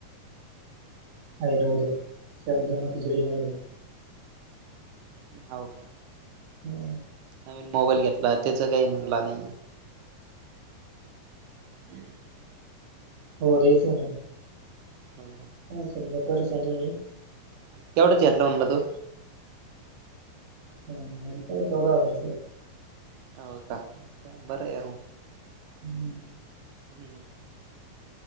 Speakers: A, on the right; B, on the right.
A: हाय ना उद्या साबुदाणा खिचडी <unintelligible>
B: हाव, का.
A: हू...
B: नवीन मोबाईल घेतला त्याचं काही म्हणला नाही. <unintelligible>
A: हो द्याचं ना.
B: हं
A: आहे सध्या तरीच आणि <unintelligible>
B: केवढ्याच घेतला म्हणला तो
A: माझा पण चौदा हजाराचा आहे.
B: हो, का. काय बरांय यार मग.
A: ह..
B: हं.. हं..